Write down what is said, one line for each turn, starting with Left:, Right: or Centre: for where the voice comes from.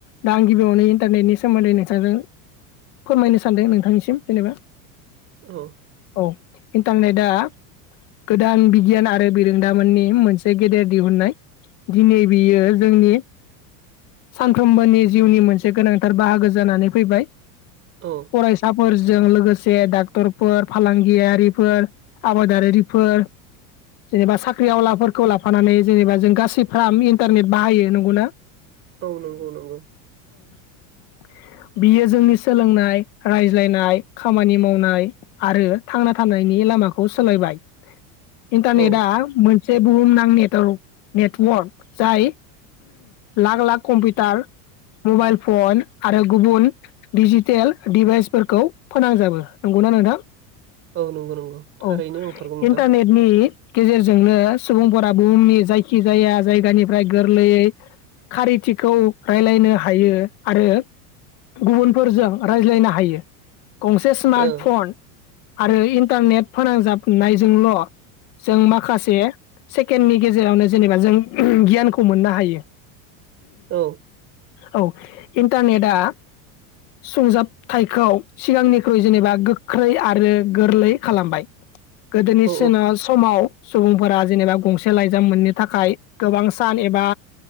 Left: दा आं गिबियावनो इन्टारनेटनि सोमोन्दै नोंसांजों। फोरमायनो सानदों नोंथांनिसिम जेनेबा
Right: औ
Left: औ। इन्टारनेटआ गोदान बिगियान आरो बिरोंदामोननि मोनसे गेदेर दिहुननाय। दिनै बियो जोंनि सानफ्रोमबोनि जिउनि मोनसे गोनांथार बाहागो जानानै फैबाय।
Right: औ
Left: फरायसाफोर जों लोगोसे डाक्टरफोर फालांगियारिफोर आबादारिरिफोर जेनेबा साख्रि आवलाफोरखौ लाफानानै जेनेबा जों गासै फाम इन्टारनेट बाहायो नंगौना?
Right: औ नंगौ नंगौ।
Left: <inaudible> बियो जोंनि सोलोंनाय रायज्लायनाय खामानि मावनाय आरो थांना थानायनि लामाखौ सोलायबाय इनटारनेदा
Right: औ
Left: मोन मोनसे बुहुमनां नेटवर्क जाय lakh lakh computer mobile phone आरो गुबुन डिजिटेल दिडिभाइसफोरखौ फोनांजाबो नंगौना नोंथां?
Right: औ नंगौ नंगौ थारैनो
Left: औ
Right: नंथारगौ नोंथां
Left: इन्टारनेटनि गेजेरजोंनो सुबुंफोरा बुहुमनि जायखि जाया जायगानिफ्राय गोरलैयै खारिथि। खौ रायज्लायनो हायो आरो गुबुनफोरजों रायज्लायनो हायो। गंसे स्मार्ट
Right: ओ
Left: फन आरो इन्टारनेट फोनांजाबनायजोंल'। जों माखासे। सेकेणडनि गेजेरावनो जेनेबा जों गियानखौ मोननो हायो।
Right: औ।
Left: औ इन्टारनेटआ सुंजाबथायखौ सिगांनिख्रुइ जेनेबा गोख्रै आरो गोरलै खालामबाय। गोदोनि
Right: औ
Left: सोना समाव सुबुंफोरा जेनेबा गंसे लाइजाम मोननो थाखाय गोबां सान एबा